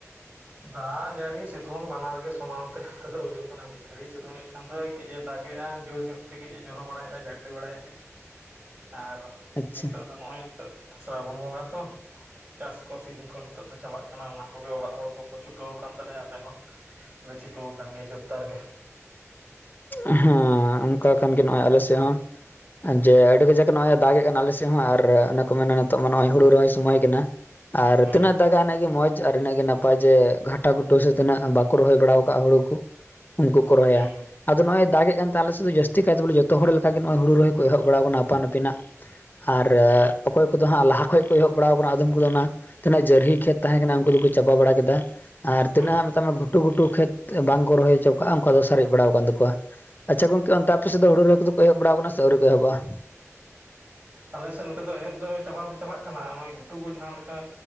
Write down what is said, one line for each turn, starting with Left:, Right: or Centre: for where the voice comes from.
Right: ᱫᱟᱜ ᱡᱟᱹᱲᱤ, ᱥᱤᱛᱩᱝ ᱵᱟᱱᱟᱨ ᱜᱮ, ᱥᱚᱢᱟᱱ ᱛᱮ, ᱫᱚ ᱦᱩᱭᱩᱜ ᱠᱟᱱᱟ ᱾ ᱢᱤᱫ ᱜᱷᱟᱹᱲᱤᱭ ᱥᱤᱛᱩᱝ ᱮᱫ, ᱠᱷᱟᱱ ᱫᱚ ᱠᱟᱹᱡᱼᱮ ᱫᱟᱜᱮᱜᱼᱟ ᱡᱳᱨ ᱧᱚᱜ ᱛᱮ, ᱠᱟᱹᱡᱼᱮ, ᱡᱚᱨᱚ ᱵᱟᱲᱟᱭᱮᱫᱼᱟ, ᱡᱟᱹᱲᱤ ᱵᱟᱲᱟᱭᱮᱫᱼᱟ, ᱟᱨ
Left: ᱟᱪᱪᱷᱟ
Right: ᱱᱤᱛᱚᱜ ᱫᱚ, ᱱᱚᱜᱼᱚᱭ, ᱥᱚᱨᱟᱵᱚᱱ ᱵᱚᱸᱜᱟ ᱛᱚ, ᱪᱟᱥ ᱠᱚ ᱥᱤᱡᱤᱱ ᱠᱚ, ᱱᱤᱛᱚᱜ ᱫᱚ ᱪᱟᱞᱟᱜ ᱠᱟᱱᱟ ᱾ ᱚᱱᱟ ᱠᱚᱜᱮ, ᱚᱲᱟᱜ ᱦᱚᱲ ᱠᱚ ᱪᱷᱩᱴᱟᱹᱣ ᱟᱠᱟᱱ ᱛᱟᱞᱮᱭᱟ, ᱟᱞᱮ ᱦᱚᱸ ᱞᱮ, ᱪᱷᱩᱴᱟᱹᱣ ᱟᱠᱟᱱ ᱜᱮᱭᱟ, ᱡᱳᱫᱽᱼᱫᱟᱨ ᱜᱮ
Left: ᱮᱸᱼᱷᱮ, ᱚᱱᱠᱟ ᱠᱟᱱ ᱜᱮ, ᱱᱚᱜᱼᱚᱭ ᱟᱞᱮ ᱥᱮᱫ ᱦᱚᱸ ᱡᱮ, ᱟᱹᱰᱤ ᱠᱟᱡᱟᱠ ᱱᱚᱜᱼᱚᱭ, ᱫᱟᱜ ᱮ ᱠᱟᱱᱟ, ᱟᱞᱮ ᱥᱮᱫ ᱦᱚᱸ, ᱟᱨ ᱚᱱᱮ ᱠᱚ ᱢᱮᱱᱟ, ᱱᱤᱛᱚᱜ ᱢᱟ ᱱᱚᱜᱼᱚᱭ ᱦᱩᱲᱩ ᱨᱚᱦᱚᱭ, ᱥᱚᱢᱚᱭ ᱠᱟᱱᱟ ᱾ ᱟᱨ
Right: ᱦᱩᱸ
Left: ᱛᱤᱱᱟᱹᱜ, ᱫᱟᱜᱽ ᱪ <unintelligible> ᱤᱱᱟᱹᱜ ᱜᱮ ᱢᱚᱸᱡᱽ ᱟᱨ, ᱤᱱᱟᱹᱜ ᱜᱮ, ᱱᱟᱯᱟᱭ ᱡᱮ, ᱜᱷᱟᱴᱟ ᱜᱩᱴᱩ ᱥᱮ, ᱛᱤᱱᱟᱹᱜ ᱵᱟᱠᱚ, ᱨᱚᱦᱚᱭ ᱵᱟᱲᱟ ᱟᱠᱟᱟᱜ, ᱦᱩᱲᱩ ᱠᱚ ᱩᱱᱠᱩ ᱠᱚ, ᱨᱚᱦᱚᱭᱟ
Right: ᱦᱩᱸ
Left: ᱾ ᱟᱫᱚ, ᱱᱚᱜᱼᱚᱭ ᱫᱟᱜ ᱮᱫ ᱠᱟᱱᱛᱮ, ᱟᱞᱮ ᱥᱮᱫ ᱫᱚ, ᱡᱟᱹᱥᱛᱤ ᱠᱟᱭᱛᱮ, ᱵᱚᱞᱮ ᱡᱚᱛᱚ ᱦᱚᱲ ᱞᱮᱠᱟ ᱜᱮ, ᱱᱚᱜᱼᱚᱭ ᱦᱩᱲᱩ ᱨᱚᱦᱚᱭ ᱠᱚ, ᱮᱦᱚᱵ ᱵᱟᱲᱟ ᱟᱠᱟᱣᱟᱱᱟ, ᱟᱯᱟᱱ ᱟᱹᱯᱤᱱᱟᱜ ᱾ ᱟᱨ, ᱚᱠᱚᱭ ᱠᱚᱫᱚ ᱦᱟᱸᱜ, ᱞᱟᱦᱟ ᱠᱷᱚᱡ ᱠᱚ, ᱮᱦᱚᱵ ᱵᱟᱲᱟᱣ ᱟᱠᱟᱣᱟᱱᱟ, ᱟᱫᱚᱢ ᱠᱚᱫᱚ, ᱚᱱᱟ ᱛᱤᱱᱟᱹᱜ, ᱡᱟᱹᱨᱦᱤ ᱠᱷᱮᱛ ᱛᱟᱦᱮᱸ ᱠᱟᱱᱟ, ᱩᱱᱠᱩ ᱫᱚᱠᱚ, ᱪᱟᱵᱟ ᱵᱟᱲᱟ ᱠᱮᱫᱟ ᱾ ᱟᱨ,
Right: ᱦᱩᱸ
Left: ᱛᱤᱱᱟᱹᱜ ᱦᱟᱜ, ᱢᱮᱛᱟᱜ ᱢᱮ ᱜᱷᱩᱴᱩ, ᱜᱷᱩᱴᱤ, ᱠᱷᱮᱛ ᱵᱟᱝ ᱠᱚ, ᱨᱚᱦᱚᱭ ᱦᱚᱪᱚ ᱟᱠᱟᱜᱼᱟ ᱾ ᱚᱠᱟ ᱫᱚ, ᱥᱟᱨᱮᱡ ᱵᱟᱲᱟ, ᱟᱠᱟᱱ ᱛᱟᱠᱚᱣᱟ ᱾ ᱟᱪᱪᱷᱟ ᱜᱚᱝᱠᱮ, ᱟᱯᱮ ᱚᱱᱛᱮ ᱫᱚ, ᱦᱩᱲᱩ ᱨᱚᱦᱚᱭ ᱫᱚᱠᱚ, ᱮᱦᱚᱵ ᱵᱟᱲᱟ ᱟᱠᱟᱣᱟᱱᱟ ᱥᱮ, ᱟᱹᱣᱨᱤ ᱠᱚ ᱮᱦᱚᱵᱼᱟ ᱾
Right: ᱟᱞᱮᱥᱮᱫ ᱱᱚᱛᱮ ᱫᱚ, ᱮᱦᱚᱵ ᱫᱚ, ᱪᱟᱞᱟᱣ ᱫᱚ, ᱪᱟᱞᱟᱜ ᱠᱟᱱᱟ ᱱᱚᱜᱼᱚᱭ, ᱜᱷᱩᱴᱩ ᱠᱚ, ᱡᱟᱦᱟᱸᱞᱮᱠᱟ,